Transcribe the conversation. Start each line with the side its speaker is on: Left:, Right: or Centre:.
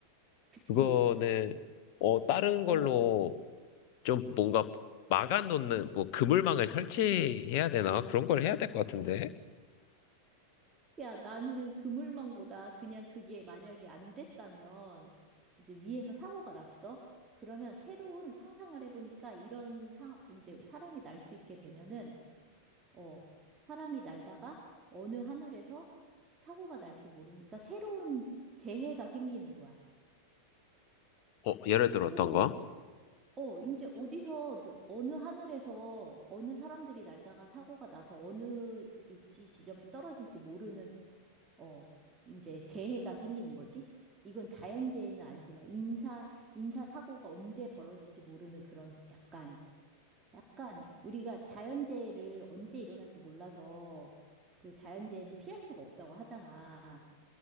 Right: 그치?
Left: 그거는 어 다른 걸로
Right: 어.
Left: 좀 뭔가 막아놓는 뭐 그물망을 설치해야 되나 그런 걸 해야 될 것 같은데
Right: 야, 나는 그물망고다. 그냥 그게 만약에 안 됐다면 이제 위에서 사고가 났어. 그러면 새로운 상상을 해보니까 이런 상, 이제 사람이 날 수 있게 되면은, 어, 사람이 날다가 어느 하늘에서 사고가 날지 모르니까 새로운 재해가 생기는 거야.
Left: 어 예를 들어
Right: 새로운,
Left: 어떤 거
Right: 어, 이제 어디서, 누- 어느 하늘에서 어느 사람들이 날다가 사고가 나서 어느 육지 지점에 떨어질지 모르는 어, 이제 재해가 생기는 거지? 이건 자연재해는 아니지만 인사, 인사사고가 언제 벌어질지 모르는 그런 약간, 약간 우리가 자연재해를 언제 일어날지 몰라서 그 자연재해는 피할 수가 없다고 하잖아.